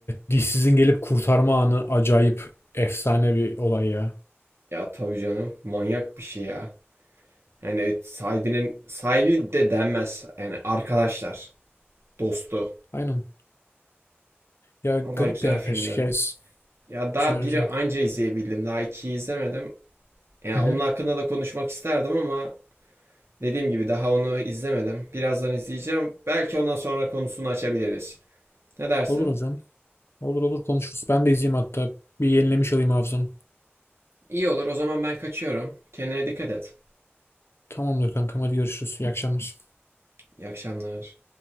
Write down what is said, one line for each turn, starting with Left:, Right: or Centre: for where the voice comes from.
Left: dişsizin gelip kurtarma anı acayip efsane bir olay ya.
Right: Ya tabii canım manyak bir şey ya. Yani sahibinin sahibi de denmez. Yani arkadaşlar, dostu.
Left: Aynen. Ya
Right: Allah
Left: garip
Right: güzel
Left: bir arkadaş
Right: filmdi.
Left: hikayesi.
Right: Ya daha
Left: Güzel
Right: biri
Left: güzel.
Right: anca izleyebildim. Daha ikiyi izlemedim. Ya
Left: Hı hı.
Right: onun hakkında da konuşmak isterdim ama dediğim gibi daha onu izlemedim. Birazdan izleyeceğim. Belki ondan sonra konusunu açabiliriz. Ne dersin?
Left: Olur hocam. Olur olur konuşuruz. Ben de izleyeyim hatta. Bir yenilemiş alayım hafızamı.
Right: İyi olur. O zaman ben kaçıyorum. Kendine dikkat et.
Left: Tamamdır kankam hadi görüşürüz. İyi akşamlar.
Right: İyi akşamlar.